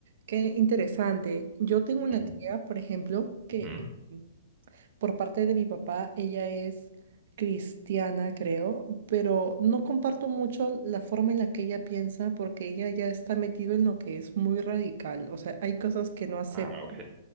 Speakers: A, on the right (about 60°); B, on the right (about 20°).
A: qué interesante. Yo tengo una
B: Sí.
A: tía, por ejemplo, que
B: Ujú.
A: eh, por parte de mi papá, ella es cristiana, creo, pero no comparto mucho la forma en la que ella piensa porque ella ya está metida en lo que es muy radical. O sea, hay cosas que no acepta.
B: Ah, ok.